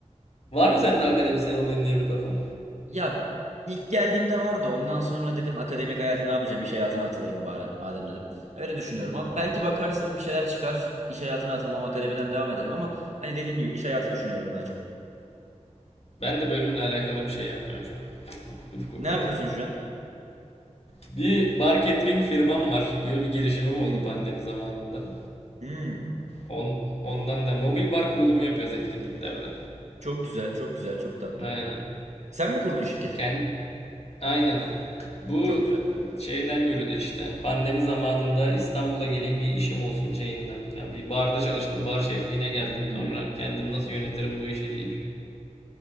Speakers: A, on the left; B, on the right.
A: Var mı sende akademisyen olayım diye bir kafa?
B: Ya ilk geldiğimde vardı. Ondan sonra dedim akademik hayata ne yapacağım? İş hayatına atılayım bari madem dedim. Öyle düşünüyorum ama
A: Bence
B: belki bakarsın
A: de aynen.
B: bir şeyler çıkar. İş hayatına atılmam akademiden devam ederim ama hani dediğim gibi iş hayatı düşünüyorum daha çok.
A: Ben de bölümle alakalı bir şey yapmıyorum şu an. <laughs> Okuduk o
B: Ne
A: kadar.
B: yapıyorsun şu an?
A: Bir bar catering firmam var. Bir, bir girişimim oldu
B: Hmm.
A: pandemi zamanında.
B: Hmm.
A: On, ondan da mobil bar kurulumu yapıyoruz etkinliklerde.
B: Çok güzel, çok güzel, çok tatlı.
A: Aynen.
B: Sen mi kurdun şirketi?
A: Kendi, aynen. Bu
B: Çok güzel.
A: şeyden yürüdü işte. Pandemi zamanında İstanbul'a geleyim bir işim olsun şeyinden. Ya bir barda çalıştım, bar şefliğine geldim.
B: Hı
A: Sonra kendim nasıl yönetirim bu işi deyip